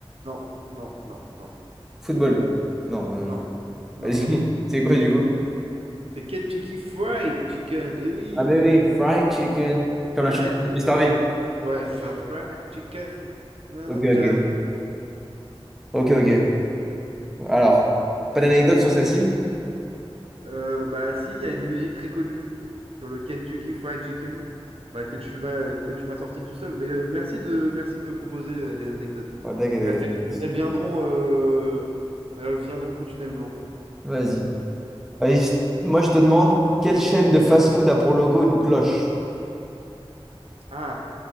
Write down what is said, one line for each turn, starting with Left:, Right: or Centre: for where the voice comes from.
Right: Non, non, non, non,
Centre: Football. Non, mais non,
Right: non,
Centre: du coup.
Right: non,
Centre: Vas-y.
Right: non, non.
Centre: <laughs> C'est quoi du coup?
Right: C'est Kentucky Fried Chicken. Eh oui,
Centre: Ah mais oui, fried chicken. Comme
Right: Fried
Centre: la chanson de Mister
Right: Chicken.
Centre: V.
Right: Ouais, c'est ça. Fried Chicken. Nanana
Centre: Ok,
Right: chicken.
Centre: ok. Ok, ok. Alors, pas d'anecdote sur celle-ci?
Right: Euh, bah si, il y a une musique très connue sur le Kentucky Fried Chicken bah, que tu vas, que tu m'as sorti tout seul. Mais euh, merci de, merci de me proposer euh, des anecdotes.
Centre: Ouais, t'inquiète,
Right: Elles, elles-
Centre: t'inquiète.
Right: elles viendront, euh, elles viendront continuellement.
Centre: Vas-y. Vas-y, je- moi je te demande, quelle chaîne de fast-food a pour logo une cloche?
Right: Ah,